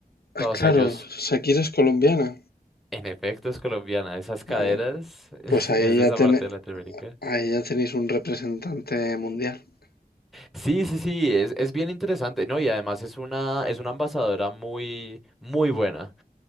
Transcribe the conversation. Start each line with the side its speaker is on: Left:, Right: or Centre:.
Left: Ah,
Centre: todos
Left: claro,
Centre: ellos.
Left: Shakira es colombiana.
Centre: En efecto, es colombiana, esas caderas
Left: Ah, bueno,
Centre: <laughs>
Left: pues ahí
Centre: es de
Left: ya,
Centre: esa
Left: ten-
Centre: parte de Latinoamérica.
Left: ahí ya tenéis un representante mundial.
Centre: Sí, sí, sí, es, es bien interesante, ¿no? Y además es una, es una embajadora muy, muy buena.